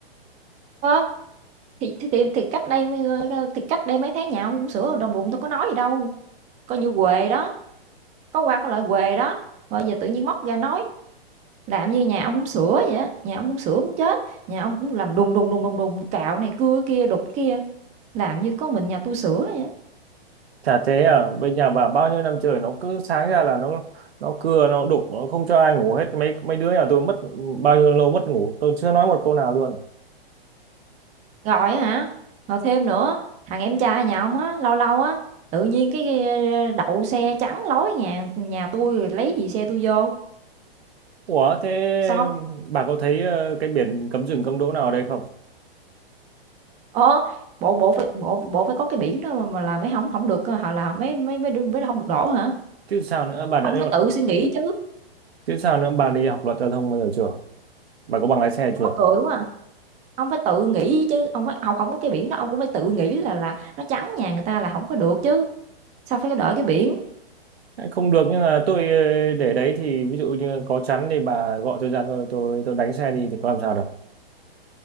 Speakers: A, on the right; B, on the right.
A: Ơ, thì thì thì thì cách đây, thì cách đây mấy tháng nhà ông cũng sửa đồng ruộng tôi có nói gì đâu, coi như huề đó. Có qua có lại huề đó, rồi giờ tự nhiên móc ra nói, làm như nhà ông hông sửa vậy á, nhà ông hông sửa muốn chết, nhà ông cũng làm đùng, đùng, đùng, đùng, đùng, cạo này cưa kia, đục kia, làm như có mình nhà tôi sửa vậy á.
B: chả thế à bên nhà bà bao nhiêu năm trời nó cứ sáng ra là nó nó cưa nó đục nó không cho ai ngủ hết mấy mấy đứa nhà tôi mất bao nhiêu lâu mất ngủ tôi chưa nói một câu nào luôn
A: Rồi á hả, rồi thêm nữa, thằng em trai nhà ông á, lâu lâu á, tự nhiên cái, đậu xe chắn lối nhà nhà tôi lấy gì xe tôi vô,
B: Ủa thế
A: xong
B: bà có thấy ờ, cái biển cấm dừng cấm đỗ nào ở đây không?
A: ờ, bộ bộ phải bộ bộ phải có cái biển đó mà mà là mấy hổng không được, họ h là mấy mấy mới mấy mới hông được đổ hả?
B: Chứ sao nữa bà đã
A: Ông phải tự suy nghĩ chứ,
B: chứ sao nữa bà đi học luật giao thông bao giờ chưa? Bà có bằng lái xe chưa?
A: mắc cười quá à. Ông phải tự nghĩ chứ, ông phải hổng không có cái biển đó, ông cũng phải tự nghĩ là là nó trắng nhà người ta là không có được chứ, sao phải đợi cái biển.
B: Không được nhưng mà tôi ờ, để đấy thì ví dụ như có chắn thì bà gọi tôi ra tôi tôi, tôi đánh xe đi thì có làm sao đâu.